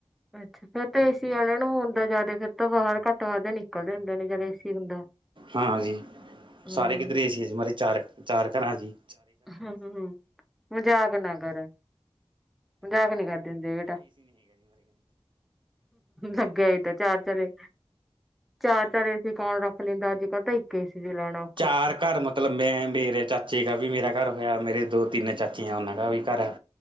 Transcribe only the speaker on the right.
ਹਾਂਜੀੀ
ਸਾਰੇ ਕਿੱਧਰੇ ਏ ਸੀਮਾਰੇ ਚਾਰ ਚਾਰ ਘਰਾਂ ਜੀ
ਚਾਰ ਘਰਮ ਮਤਲਬ ਮੈ ਮੇਰੇ ਚਾਚੇ ਕਾ ਵੀ ਮੇਰਾ ਘਰ ਹੋਇਆ ਮੇਰੇ ਦੋ ਤਿੰਨ ਚਾਚੀਆਂ ਆ ਉਹਨਾਂ ਦਾ ਵੀ ਘਰ ਹੈ।